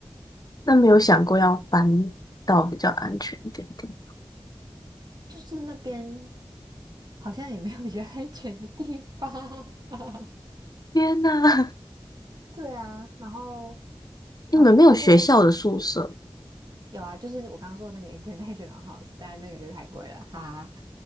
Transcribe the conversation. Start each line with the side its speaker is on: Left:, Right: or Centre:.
Left: 那没有想过要搬到比较安全一点点。
Right: <laughs> 就是那边好像也没有比较安全的地方。<laughs>
Left: 天哪，
Right: 对啊，然后
Left: <laughs> 你们没有学校的宿舍
Right: 哦，不过有啊，就是我刚刚说的那个 International House，但那个就太贵了，哈哈。